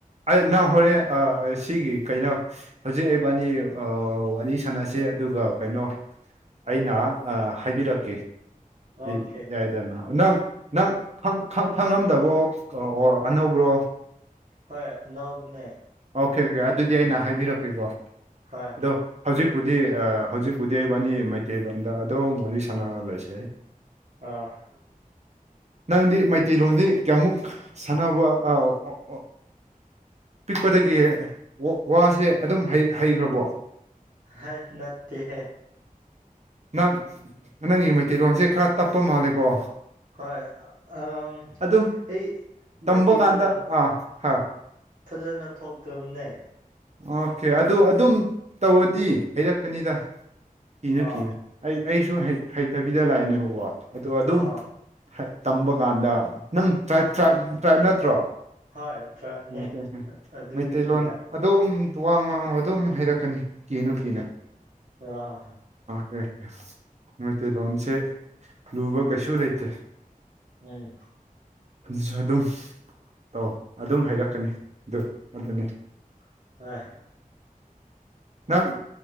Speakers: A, on the right; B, on the right.
A: ꯑꯩ ꯅꯪ ꯍꯣꯔꯦꯟ ꯁꯤꯒꯤ ꯀꯩꯅꯣ ꯍꯧꯖꯤꯛ ꯑꯩꯕꯥꯅꯤ ꯑ ꯋꯥꯔꯤ ꯁꯥꯟꯅꯁꯦ ꯑꯗꯨꯒ ꯀꯩꯅꯣ ꯑꯩꯅ ꯑ ꯍꯥꯏꯕꯤꯔꯛꯀꯦ
B: ꯑꯣꯀꯦ
A: ꯗꯤ ꯌꯥꯏꯗꯅ ꯅꯪ ꯅꯪꯪ ꯈꯪ ꯈꯪ ꯈꯪꯉꯝꯗꯕꯣ ꯑꯣꯔ ꯑꯅꯧꯕ꯭ꯔꯣ
B: ꯍꯣꯏ ꯑꯅꯧꯕꯅꯦ
A: ꯑꯣꯀꯦ ꯑꯣꯀꯦ ꯑꯗꯨꯗꯤ ꯑꯩꯅ ꯍꯥꯏꯕꯤꯔꯛꯀꯦꯀꯣ
B: ꯍꯣꯏ
A: ꯑꯗꯣ ꯍꯧꯖꯤꯛ ꯄꯨꯗꯤ ꯍꯧꯖꯤꯛꯄꯨꯗꯤ ꯑꯩꯕꯥꯅꯤ ꯃꯩꯇꯩꯂꯣꯟꯗ ꯑꯗꯨꯝ ꯋꯥꯔꯤ ꯁꯥꯟꯅꯔ ꯂꯣꯏꯁꯦ
B: ꯑꯥ
A: ꯅꯪꯗꯤ ꯃꯩꯇꯩꯔꯣꯟꯗꯤ ꯀꯌꯥꯃꯨꯛ ꯁꯥꯟꯅꯕ ꯑ ꯑ ꯄꯤꯛꯄꯗꯒꯤ ꯋꯥ ꯋꯥꯁꯦ ꯑꯗꯨꯝ ꯍꯩ ꯍꯩꯈ꯭ꯔꯕꯣ
B: ꯍꯩ ꯅꯠꯇꯦ ꯍꯦ
A: ꯅꯪ ꯅꯪꯒꯤ ꯃꯩꯇꯩꯂꯣꯟꯁꯦ ꯈꯔ ꯇꯞꯄ ꯃꯥꯜꯂꯦꯀꯣ
B: ꯍꯣꯏ ꯑꯝ
A: ꯑꯗꯨꯝ
B: ꯑꯩ ꯃꯩꯇꯩꯂꯣꯟ
A: ꯇꯝꯕ ꯀꯥꯟꯗ ꯑꯥ ꯍꯥꯥ
B: ꯐꯖꯅ ꯊꯣꯛꯇꯕꯅꯦ
A: ꯑꯣꯀꯦ ꯑꯗꯨ ꯑꯗꯨꯝ ꯇꯧꯔꯗꯤ ꯍꯩꯔꯛꯀꯅꯤꯗ ꯀꯤꯅꯨ
B: ꯑꯥ
A: ꯀꯤꯅꯨ ꯑꯩ ꯑꯩꯁꯨ ꯍꯩꯇꯕꯤꯗ ꯂꯥꯛꯑꯏꯦꯅꯦꯕꯀꯣ ꯑꯗꯣ ꯑꯗꯨꯝ
B: ꯑꯥ
A: ꯍꯩ ꯇꯝꯕ ꯀꯥꯟꯗ ꯅꯪ ꯇ꯭ꯔꯥꯏꯞ ꯇ꯭ꯔꯥꯏꯞ ꯇ꯭ꯔꯥꯏꯞ ꯅꯠꯇ꯭ꯔꯣ
B: ꯍꯣꯏ ꯇ꯭ꯔꯥꯏꯞꯅꯦ
A: ꯑꯣꯀꯦ ꯑꯣꯀꯦ
B: ꯑꯗꯨꯒꯤꯅꯤꯅ
A: ꯃꯩꯇꯩ ꯂꯣꯟ ꯑꯗꯨꯝ ꯋꯥ ꯉꯥꯡꯉꯣ ꯑꯗꯨꯝ ꯍꯩꯔꯛꯀꯅꯤ ꯀꯤꯅꯨꯨ ꯀꯤꯅꯨ
B: ꯑ
A: ꯑꯦ ꯃꯩꯇꯩꯂꯣꯟꯁꯦ ꯂꯨꯕ ꯀꯩꯁꯨ ꯂꯩꯇꯦ
B: ꯎꯝ
A: ꯑꯗꯨꯁꯨꯑꯗꯨꯝ ꯇꯧ ꯑꯗꯨꯝꯍꯩꯔꯛꯀꯅꯤ ꯑꯗꯨ ꯑꯗꯨꯅꯦ
B: INAUDIBLE
A: ꯅꯪ